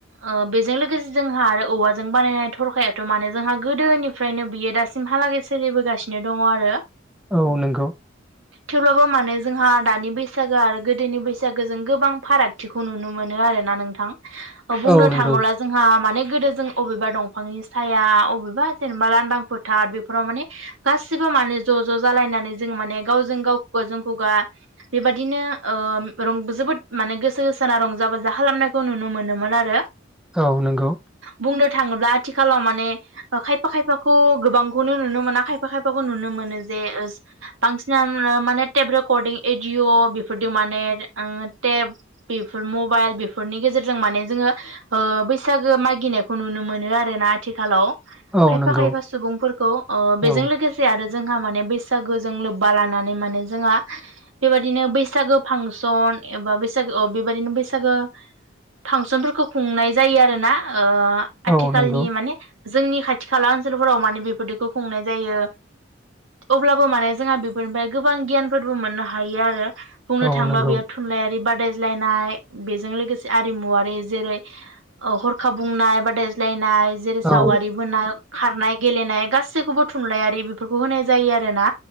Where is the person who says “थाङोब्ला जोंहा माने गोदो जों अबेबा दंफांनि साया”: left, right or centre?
Right